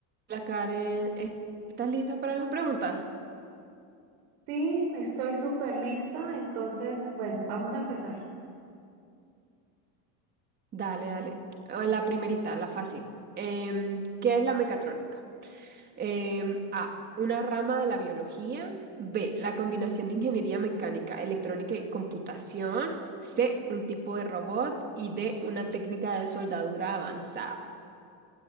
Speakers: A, on the right; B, on the right.
A: La Karen, ¿es- ¿estás lista para las preguntas?
B: Sí, estoy súper lista, entonces, bueno, vamos a empezar.
A: Dale, dale. Eh, La primerita, la fácil. Em, ¿qué es la mecatrónica? Em, A, una rama de la biología. B, la combinación de ingeniería mecánica, electrónica y computación. C, un tipo de robot. Y D, una técnica de soldadura avanzada.